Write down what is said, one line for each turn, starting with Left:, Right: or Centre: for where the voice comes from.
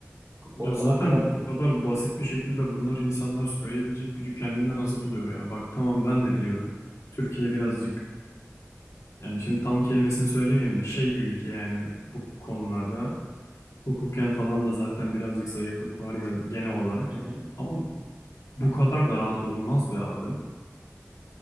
Left: Ya
Right: Orada
Left: zaten
Right: hatta
Left: bu kadar basit bir şekilde bunları insanlar söyleyebilecek gücü kendinde nasıl buluyor ya? Bak tamam ben de biliyorum. Türkiye birazcık
Right: Hı hı,
Left: yani şimdi tam kelimesini söylemeyeyim de şey bir ülke yani bu konularda hukuken falan da zaten birazcık zayıflık var ya genel olarak.
Right: hı hı.
Left: Ama bu kadar da rahat olunmaz be abi.